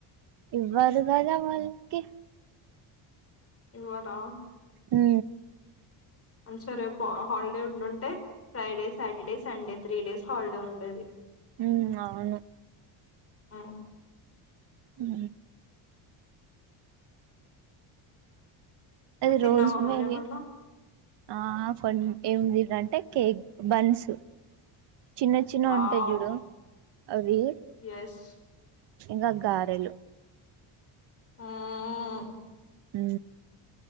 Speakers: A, on the right; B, on the left.
A: ఇవ్వరు కదా వాళ్లకి
B: ఇవ్వరా
A: హు
B: అనూష రేపు అ హాలిడే ఉంటుంటే Friday Saturday Sunday three days holiday ఉండేది
A: హు అవును
B: ఉమ్.
A: హు రోజ్
B: తిన్నావా మరేమన్నా
A: మేరీ అ ఫన్ ఎందుకు అంటే కేక్ బన్ సు చిన్న చిన్న
B: వావ్
A: గా ఉంటాయి జుడు అవి
B: ఎస్
A: ఇంగా గారెలు
B: ఆహా హ
A: హు